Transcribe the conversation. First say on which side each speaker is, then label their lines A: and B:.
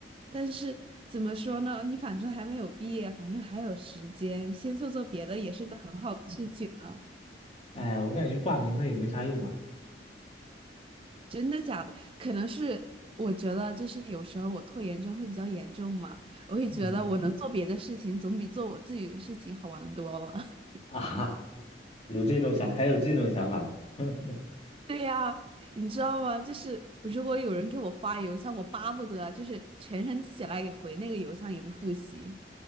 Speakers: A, on the right; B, on the left.
A: 但是怎么说呢？你反正还没有毕业，反正还有时间，先做做别的也是个很好的事情啊。
B: 哎，我感觉挂名的也没啥用吧。
A: 真的假的？可能是我觉得，就是有时候我拖延症会比较严重嘛，我会觉得我能做别的事情，
B: 嗯
A: 总比做我自己的事情好玩多了。<laughs>
B: 啊哈，有这种想，还有这种想法。<laughs>
A: 对呀，你知道吗？就是如果有人给我发邮箱，我巴不得就是全身起来也回那个邮箱，也不复习。